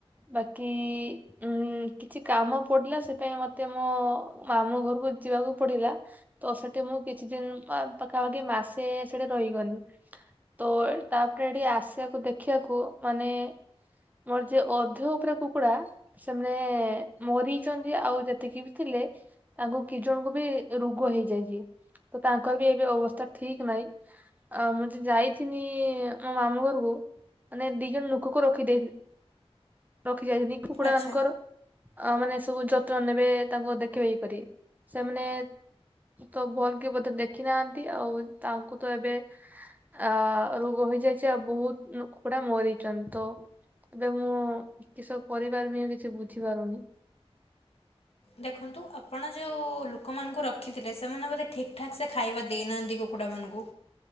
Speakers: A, on the right (about 15°); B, on the left (about 65°).
A: ବାକି ଉଁ କିଛି କାମ ପଡିଲା ସେ ପାଇଁ ମତେ ମୋ ମାମୁଁ ଘରକୁ ଯିବାକୁ ପଡିଲା ତ ସେଠି ମୁଁ କିଛି ଦିନ ପା ପାଖାପାଖି ମାସେ ସେଠି ରହିଗନି। ତ ତାପରେ ଏଠି ଆସିବାକୁ ଦେଖିବାକୁ ମାନେ ମୋର ଯେ ଅଧ ଉପରେ କୁକୁଡା ସେମାନେ ମରିଚନ୍ତି ଆଉ ଯେତିକି ବି ଥିଲେ ତାଙ୍କୁ କି ଜଣଙ୍କୁ ବି ରୁଗ ହେଇଯାଇଚି। ତ ତାଙ୍କର ବି ଏବେ ଅବସ୍ଥା ଠିକ୍ ନାହିଁ ଆ ମୁଁ ଯ ଯାଇଥିନି ଆମ ମାମୁଁ ଘରକୁ ମାନେ ଦି ଜଣ ଲୋକକୁ ରଖି ଦେଇ ରଖି ଯାଇଥିଲି କୁକୁଡା
B: ଆଚ୍ଛା।
A: ମାନଙ୍କର ଆ ମାନେ ସବୁ ଯତ୍ନ ନେବେ ତାଙ୍କୁ ଦେଖିବେ ଇଏ‌ କରିବେ ସେମାନେ ତ ଭଲ କି ବୋଧେ ଦେଖି ନାହାନ୍ତି ଆଉ ତାଙ୍କୁ ତ ଏବେ ଆ ରୋଗ ହେଇଯାଇଛି ଆଉ ବହୁତ ନୁ କୁକୁଡା ମରି ଚନ୍ତି ତ ଏବେ ମୁଁ କିସ କରିପାରିବି କିଛି ବୁଝିପାରୁନି।
B: <inaudible> ଦେଖନ୍ତୁ ଆପଣ ଯୋଉ ଲୋକମାନଙ୍କୁ ରଖିଥିଲେ ସେମାନେ ବୋଧେ ଠିକ୍ ଠାକ୍ ସେ ଖାଇବା ଦେଇନାହାନ୍ତି କୁକୁ କୁଡ଼ା ମାନଙ୍କୁ